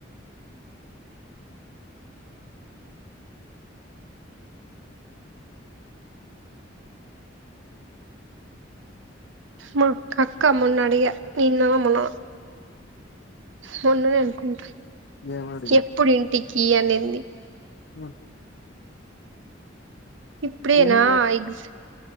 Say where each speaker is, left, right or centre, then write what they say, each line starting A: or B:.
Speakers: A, on the right; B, on the left.
A: మా అక్క మొన్నడిగే నిన్నమొన్న మొన్ననే అనుకుంటా
B: ఏం అడిగా
A: ఎప్పుడింటికి అనింది.
B: ఆ
A: ఇప్పుడేనా
B: ఏం మాట్
A: ఎగ్జా